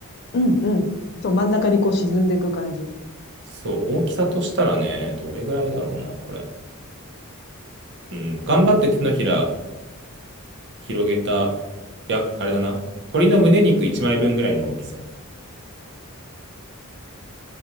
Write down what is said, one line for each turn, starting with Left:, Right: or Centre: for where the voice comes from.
Left: うん、うん。そう、真ん中にこう沈んでいく感じ。
Right: そう、大きさとしたらね、どれぐらいだろうな、これ。うん、頑張って手のひら広げた、いや、あれだな、鳥の胸肉1枚分ぐらいの大きさ。